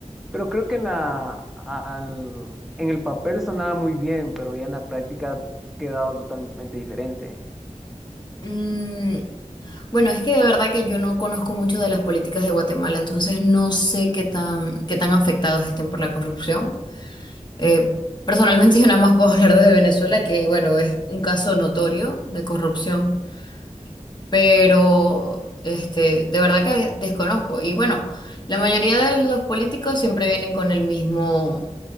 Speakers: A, in the centre; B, on the left (about 35°).
A: Pero creo que en la, al- en el papel sonaba muy bien, pero ya en la práctica ha quedado totalmente diferente.
B: Mm, bueno, es que de verdad que yo no conozco mucho de las políticas de Guatemala, entonces no sé qué tan, qué tan afectados estén por la corrupción. Eh, personalmente <laughs> yo nada más puedo hablar de Venezuela, que bueno, es un caso notorio de corrupción, pero este, de verdad que desconozco. Y bueno, la mayoría de los políticos siempre vienen con el mismo,